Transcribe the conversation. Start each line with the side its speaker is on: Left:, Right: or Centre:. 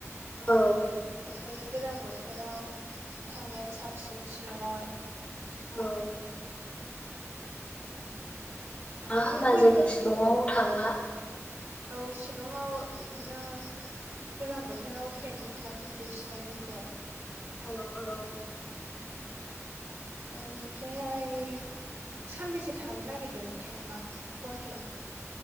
Left: औ
Right: ओंखायनो गोजां बोथोराव थांनायानो साबसिन शिलंआवहाय
Left: औ। दा
Right: ओमफ्राय
Left: होनबा जोङो शिलंआव थांला।
Right: औ शिलंआव बिदिनो, गोजां बोथोराव प्लेनिं खालामफिनसै शिलंनिखौहाय।
Left: औ औ।
Right: ओमफ्रायहाय, सानबेसे थानो नागिरदों थांबा गुवाहाटियाव?